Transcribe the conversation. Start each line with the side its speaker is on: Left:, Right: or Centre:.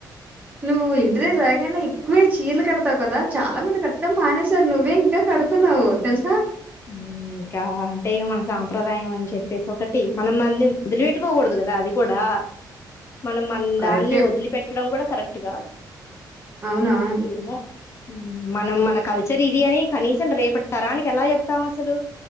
Right: నువ్వు ఇంటి దగ్గర రాగైనా ఎక్కువే చీరలు కడతావు కదా చాలా మంది కట్టటం మానేసారు నువ్వే ఇంకా కడుతున్నావు తెలుసా
Left: మ్... ఇంకా అంటే ఇక మన సాంప్రదాయం అని చెప్పేసి ఒకటి మనం మంది వొదిలిపెట్టుకోకూడదు కదా అది కూడా మనం మనదాన్ని
Right: కరెక్టే
Left: వదిలి పెట్టడం కూడా కరెక్ట్ కాదు
Right: అవునా
Left: ఏమో మనం మన కల్చర్ ఇదీ అని కనీసం రేపటి తరానికి ఎలా చెప్తాం అసలు